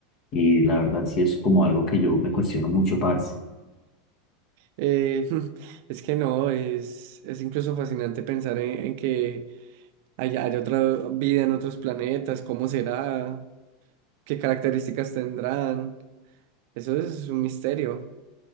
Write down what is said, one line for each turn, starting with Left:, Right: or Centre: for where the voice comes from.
Left: y la verdad sí es como algo que yo me cuestiono mucho, parce.
Right: Eh, <laughs> es que no, es, es incluso fascinante pensar en, en que hay, hay otra vida en otros planetas, cómo será, qué características tendrán. Eso es un misterio.